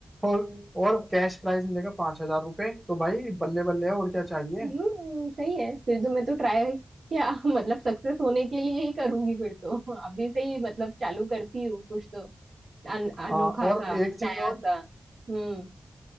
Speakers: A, on the right; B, on the right.
A: और और कैश प्राइज मिलेगा पांच हजार रुपये तो भाई बल्ले बल्ले है और क्या चाहिए
B: हम्म सही है फिर तो मैं तो ट्राई क्या <laughs> मतलब सक्सेस होने के लिए ही करूंगी फिर तो <laughs> अभी से ही मतलब चालू करती हूँ कुछ तो अन,
A: हाँ
B: अनोखा
A: और
B: सा
A: एक चीज
B: नया
A: और
B: सा हम्म